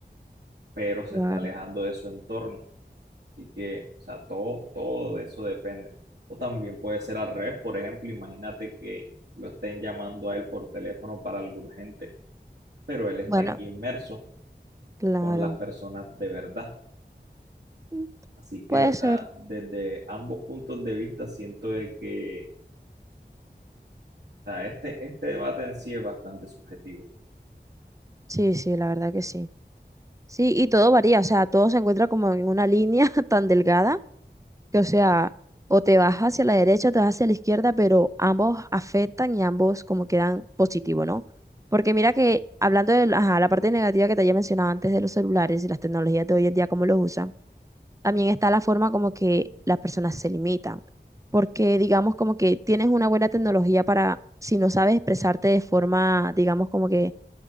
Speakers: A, on the right; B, on the right.
A: pero se
B: claro.
A: está alejando de su entorno. Así que, o sea, todo, todo de eso depende. O también puede ser al revés, por ejemplo, imagínate que lo estén llamando a él por teléfono para algo urgente, pero él está
B: Bueno,
A: aquí inmerso
B: claro.
A: con las personas de verdad.
B: Mm,
A: Así que,
B: Puede
A: o sea,
B: ser.
A: desde ambos puntos de vista siento de que, o sea, este, este debate en sí es bastante subjetivo.
B: Sí, sí, la verdad que sí. Sí, y todo varía, o sea, todo se encuentra como en una línea <laughs> tan delgada. que, o sea, o te vas hacia la derecha o te vas hacia la izquierda, pero ambos afectan y ambos como quedan positivo, ¿no? Porque mira que hablando de ajá, la parte negativa que te había mencionado antes de los celulares y las tecnologías de hoy en día, cómo los usan, también está la forma como que las personas se limitan. Porque digamos como que tienes una buena tecnología para, si no sabes expresarte de forma, digamos como que